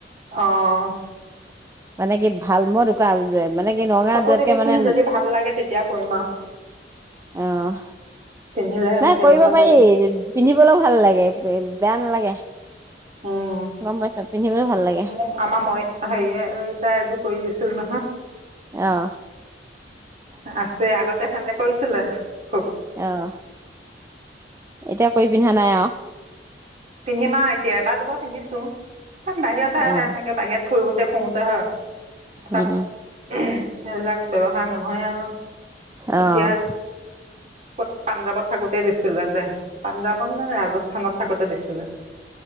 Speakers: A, on the right; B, on the right.
A: আহ,
B: মানে কি ভাল মই দু মানে কি নগাঁৱ
A: ফটো
B: যোৱাতকে
A: দিবিচোন
B: মানে
A: যদি ভাল লাগে তেতিয়া কৰিম আৰু
B: অ',
A: পিন্ধিলে
B: নাই
A: কেনেকুৱা
B: কৰিব পাৰি
A: লাগে
B: পিন্ধিবলৈও ভাল লাগে বেয়া নালাগে।
A: উ,
B: গম পাইছ পিন্ধিবলৈ ভাল লাগে
A: মোক আমাৰ মই হেৰিয়ে তাই এযোৰ কৈ দিছিল নহয়।
B: আহ,
A: আছে আগতে সেনেতে কৰিছিলে খুব।
B: অ', এতিয়া কৰি পিন্ধা নাই আৰু।
A: পিন্ধিমা এতিয়া এবাৰ দুবা পিন্ধিছো। বাহিৰত আহে
B: অ',
A: এনেকে বাহিৰত ফুৰোতে ফুৰোতে হা তাত
B: উম, উম,
A: সেইবিলাক ব্যৱসায় নহয় আৰু।
B: আহ',
A: এতিয়া কত পাঞ্জাৱত থাকোতে দিছিল তাতে। পাঞ্জাৱত নে ৰাজস্থানত থাকোতে দি <inaudible>